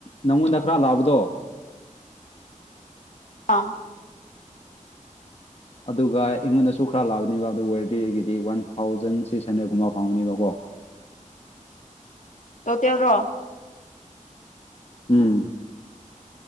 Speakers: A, on the left; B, on the left.
A: ꯅꯪꯉꯣꯟꯗ ꯈꯔ ꯂꯥꯛꯑꯕꯗꯣ꯫
B: ꯑꯥ꯫
A: ꯑꯗꯨꯒ ꯑꯩꯉꯣꯟꯗꯁꯨ ꯈꯔ ꯂꯥꯛꯕꯅꯦꯕ ꯑꯗꯨ ꯋꯦꯔꯗꯤꯒꯤꯗꯤ ꯋꯥꯟ ꯊꯥꯎꯖꯟ ꯁꯤꯛꯁ ꯍꯟꯗ꯭ꯔꯦꯗꯀꯨꯝꯕ ꯐꯪꯕꯅꯦꯕꯀꯣ꯫
B: ꯇꯣꯇꯦꯜ ꯔꯣ
A: ꯎꯝ